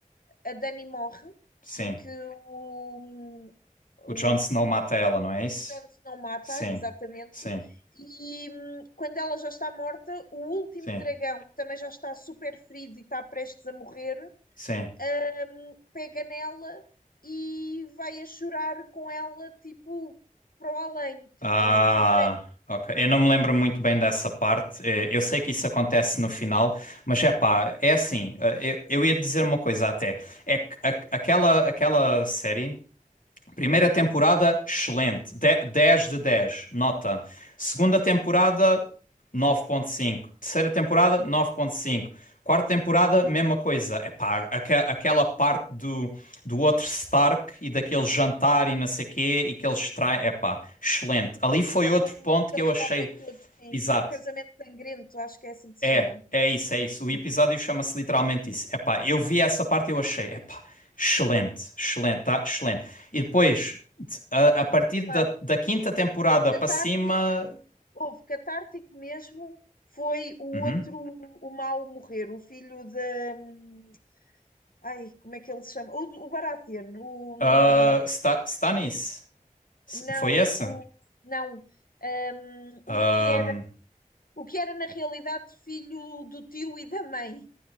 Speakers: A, on the left (about 80°); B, on the left (about 70°).
A: a Dani morre
B: Sim.
A: porque o, o,
B: O Jon Snow mata ela, não é isso?
A: o Jones não mata,
B: Sim,
A: exatamente.
B: sim,
A: E hum, quando ela já está morta, o último
B: sim,
A: dragão, que também já está super ferido e está prestes a morrer,
B: sim.
A: hum, pega nela e vai a chorar com ela, tipo, para o além, tipo,
B: Ah,
A: desaparece
B: ok. Eu não me lembro muito bem dessa parte. Eh, Eu sei que isso acontece no final, mas é pá, é assim. eh, Eu, eu ia dizer uma coisa até. É que a- aquela, aquela série. Primeira temporada, excelente. De- 10 de 10 nota. Segunda temporada, nove vírgula cinco Terceira temporada, nove vírgula cinco Quarta temporada, mesma coisa. Epá, aque- aquela parte do, do outro Stark e daquele jantar e não sei quê e que eles traem. Epá, excelente. Ali foi outro
A: Ele-
B: ponto
A: Eles
B: que eu achei.
A: morrem todos, sim.
B: Exato.
A: O casamento sangrento, acho que é assim que
B: É,
A: se chama.
B: é isso, é isso. O
A: Sim.
B: episódio chama-se literalmente isso. Epá, eu vi essa parte e eu achei, epá, excelente, excelente, tá? Excelente. E depois, de- a, a partir da,
A: Pá,
B: da quinta temporada
A: catártico,
B: para cima,
A: houve catártico mesmo, foi o
B: uhum,
A: outro, o mau morrer, o filho da. hum, Ai, como é que ele se chama? O, o Baratheon, o.
B: ah,
A: hum,
B: está, está nisso. S-
A: Não,
B: Foi esse?
A: o. Não. hum,
B: Ahm,
A: o que era, o que era na realidade filho do tio e da mãe.